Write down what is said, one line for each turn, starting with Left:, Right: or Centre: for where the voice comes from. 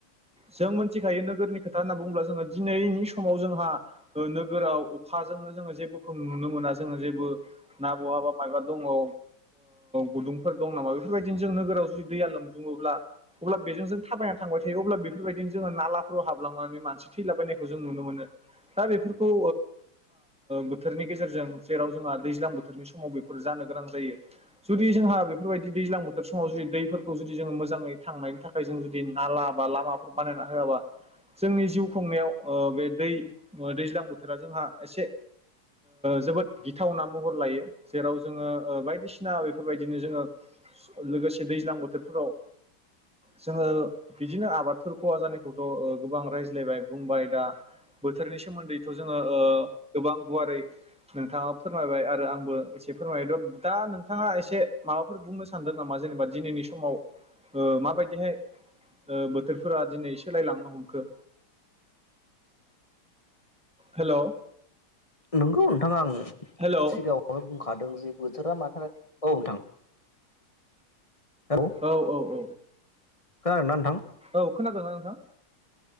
Centre: जों मिथिखायो नोगोरनि खोथा होनना बुङोब्ला जोङो दिनैनि समाव जोंहा नोगोराव अखाजोंनो जोङो जेबो जों नुनो मोना जोङो जेबो ना बहाबा माबा दङ ओ गुदुंफोर दं नामा बेफोरबायदिनो जों नोगोराव जुदि दैआ बुङोब्ला अब्ला बेजों जों थाबायना थांबाय थायो अब्ला बेफोरबायदिनो जोङो नाला फोराव हाबलांनानै मानसि थैलाबायनाय जों नुनो मोनो दा बे जों बोथोरनि गेजेरजों जेराव जोंहा दैजां बोथोरनि समाव बेफोर जानो गोनां जायो जुदि जोंहा बेफोरबायदि दैजां बोथोर समाव जुदि दैफोरखौ जुदि जोङो मोजाङै थांनायनि थाखाय जों जुदि नाला बा लामाफोर बानायना होआबा जोंनि जिउ खुंनायाव बे दै दैज्लां बोथोरा जोंहा एसे जोबोद ओ गिथावना महर लायो जेराव जोङो बायदिसिना बेफोरबायदिनो जोङो लोगोसे दैज्लां बोथोर फोराव जोङो बिदिनो आबादफोर खहा जानायखौथ' गोबां रायज्लायबाय बुंबाय दा बोथोरनि सोमोन्दैथ' जोङो ओ गोबां गुवारै नोंथाङा फोरमायबाय आरो आंबो एसे फोरमायोथ' दा नोंथाङा एसे माबाफोर बुंनो सानदों नामा जेनेबा दिनैनि समाव? ओ माबायदिहाय ओ बोथोरफोरा दिनै सोलायलांनो हमखो? हेल'
Left: नंगौ नोंथाङा आं
Centre: हेल' औ
Left: सिगाङावनो बुंखादों जे बोथोरा मानि थाखाय औ नोंथां। हेलौ
Centre: औ औ औ
Left: खोनादोंना नोंथां?
Centre: औ खोनादोंना नोंथां?